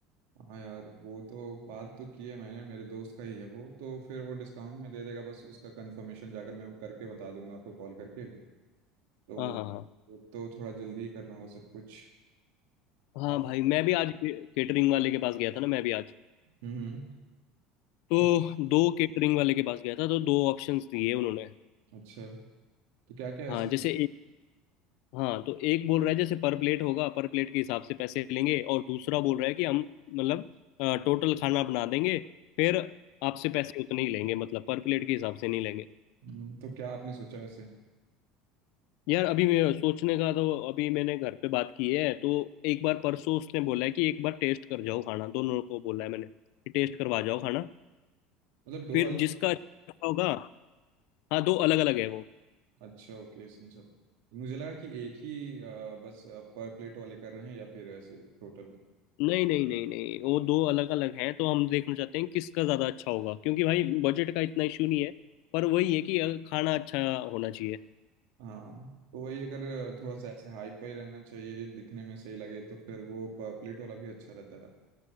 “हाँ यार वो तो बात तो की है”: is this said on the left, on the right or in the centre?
Right